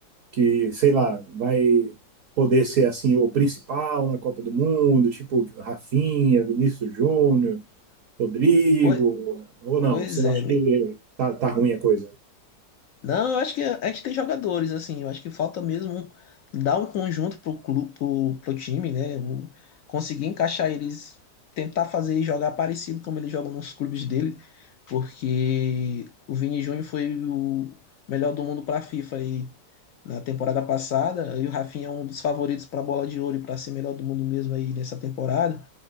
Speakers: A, on the right; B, on the left.
A: que, sei lá, vai poder ser assim o principal na Copa do Mundo, tipo Rafinha, Vinícius Júnior, Rodrigo,
B: Pois,
A: ou não?
B: pois
A: Você
B: é,
A: acha que tá, tá ruim a coisa?
B: Não, eu acho que a gente tem jogadores, assim, eu acho que falta mesmo dar um conjunto pro clube, pro, pro time, né? O- Conseguir encaixar eles, tentar fazer e jogar parecido como eles jogam nos clubes dele, porque o Vini Júnior foi o melhor do mundo pra FIFA aí na temporada passada, e o Rafinha é um dos favoritos pra Bola de Ouro e pra ser melhor do mundo mesmo aí nessa temporada.